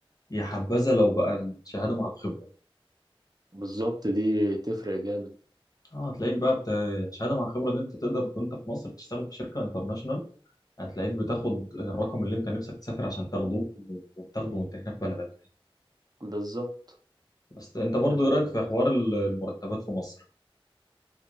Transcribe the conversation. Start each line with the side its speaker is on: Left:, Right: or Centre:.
Left: يا حبذا لو بقى الشهادة مع الخبرة
Right: بالظبط دي تفرق جامد
Left: اه هتلاقيك بقى بت... الشهادة مع الخبرة دي انت تقدر وانت في مصر تشتغل في شركة انترناشونال هتلاقيك بتاخد الرقم اللي انت نفسك تسافر عشان تاخده وبتاخده وانت هنا في بلدك
Right: بالظبط
Left: بس انت برضو
Right: تفرق
Left: ايه رأيك
Right: جامد
Left: في حوار ال- المرتبات في مصر؟